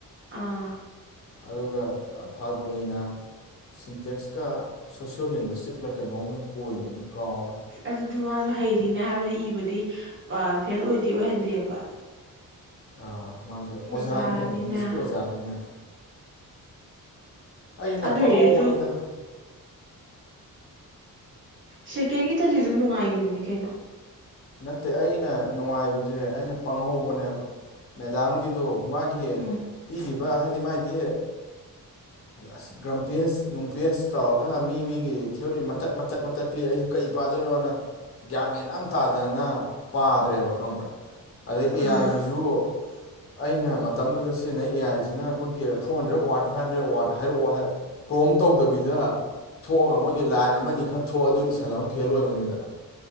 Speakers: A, on the right; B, on the left.
A: ꯑꯥ
B: ꯑꯗꯨꯒ ꯐꯥꯒꯣꯅꯤꯅ ꯁꯤꯟꯇꯦꯛꯁꯀ ꯁꯣꯁꯤꯌꯣ ꯂꯡꯒ꯭ꯋꯁꯇꯤꯛꯂ ꯀꯩꯅꯣꯝꯒ ꯑꯣꯏꯒꯤꯅꯦ ꯀꯥꯎꯔꯦ꯫
A: ꯑꯗꯨꯗꯨ ꯃꯥꯁꯨ ꯍꯩꯔꯤꯅꯦ ꯍꯥꯏꯕꯗꯤ ꯏꯕꯗꯤ ꯐꯦꯜ ꯑꯣꯏꯗꯤ ꯑꯣꯏꯍꯟꯗꯦꯕ꯫
B: ꯑ ꯃꯥꯁꯨ
A: ꯑꯣꯖꯥꯅꯤꯅ
B: ꯑꯣꯖꯥꯅꯤ ꯀꯩꯅꯣ ꯏꯪꯂꯤꯁꯀꯤ ꯑꯣꯖꯥꯅꯤꯅ꯫ ꯑꯩꯅ
A: ꯑꯗꯨ
B: ꯄꯪꯍꯧꯕꯅꯤꯗ
A: ꯏꯔꯖꯨ ꯁꯦꯀꯦꯟꯒꯤꯇꯗꯤ ꯑꯗꯨꯝ ꯅꯨꯡꯉꯥꯏꯒꯤꯕꯅꯤ ꯀꯩꯅꯣ꯫
B: ꯅꯠꯇꯦ ꯑꯩꯅ ꯅꯨꯡꯉꯥꯏꯕꯖꯦ ꯑꯩꯅ ꯄꯪꯍꯧꯕꯅꯦꯕ ꯃꯦꯗꯥꯝꯒꯤꯗꯣ ꯃꯥꯒꯤ
A: ꯎꯝ
B: ꯄꯤꯔꯤꯕ ꯍꯥꯏꯗꯤ ꯃꯥꯏꯗꯤ ꯑꯁ ꯒ꯭ꯔꯝꯄꯦꯁ ꯅꯨꯡꯄꯦꯖ ꯇꯧꯔꯒ ꯃꯤ ꯃꯤꯒꯤ ꯊꯤꯑꯣꯔꯤ ꯃꯇꯠ ꯃꯇꯠ ꯃꯇꯠ ꯄꯤ ꯑꯩꯁꯨ ꯀꯩ ꯄꯥꯗꯣꯏꯅꯣꯅ ꯒ꯭ꯌꯥꯟ ꯃꯦꯟ ꯑꯝ ꯇꯥꯗꯅ ꯄꯥꯗ꯭ꯔꯦꯕ ꯈꯪꯕ꯭ꯔꯥ ꯑꯗꯩ ꯑꯦ
A: ꯑꯥ
B: ꯑꯥꯏ ꯁꯤꯁꯨ ꯑꯩꯅ ꯃꯇꯝꯗꯨꯗ ꯁꯤꯖꯤꯟꯅꯩ ꯑꯦ ꯑꯥꯏꯁꯤꯅ ꯑꯩꯈꯣꯏꯒꯤ four hundred watt five hundred watt ꯍꯥꯏꯔꯛꯑꯣ ꯍꯥꯏ ꯄ꯭ꯔꯣꯝ ꯇꯧꯗꯕꯤꯗ ꯊꯣꯛꯑꯒ ꯃꯣꯏꯒꯤ ꯂꯥꯏꯟ ꯑꯃꯅꯤ ꯈꯛ ꯊꯣꯛꯑ ꯑꯗꯨ ꯏꯁꯜꯂꯕ ꯐꯦꯜ ꯑꯣꯏꯕꯅꯤꯗꯅ꯫